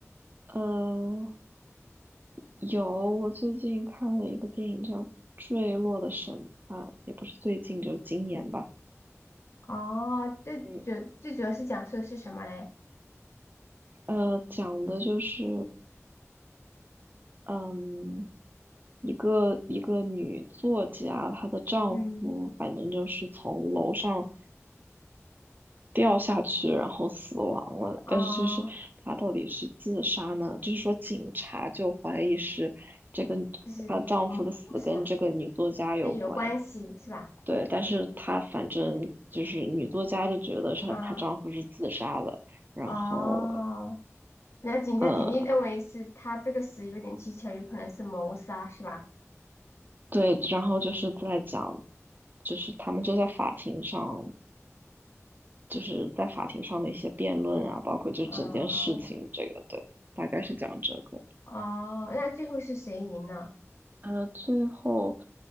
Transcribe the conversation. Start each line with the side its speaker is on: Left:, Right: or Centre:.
Right: 呃，有，我最近看了一个电影叫《坠落的审判》，也不是最近，就是今年吧。
Left: 哦，最主最主要是讲述的是什么嘞？
Right: 嗯，呃，讲的就是，嗯，一个一个女作家，她的丈夫反正就是从楼上
Left: 嗯，
Right: 掉下去，然后死亡了。
Left: 哦，
Right: 但是就是她到底是自杀呢？就是说警察就怀疑是这个
Left: 就是嗯，
Right: 她丈夫的死跟这个女作家有关。
Left: 不是啊，跟有关系是吧？
Right: 对，但是她反正就是女作家就觉得是她丈夫是自杀的，
Left: 嗯，
Right: 然后
Left: 哦，那警察肯定认为是他这个死有点蹊跷，
Right: 呃，
Left: 有可能是谋杀是吧？
Right: 对，然后就是在讲，就是他们就在法庭上，就是在法庭上的一些辩论啊，包括就整件事情这个，
Left: 哦
Right: 对，大概是讲这个。
Left: 哦，那最后是谁赢了？
Right: 呃，最后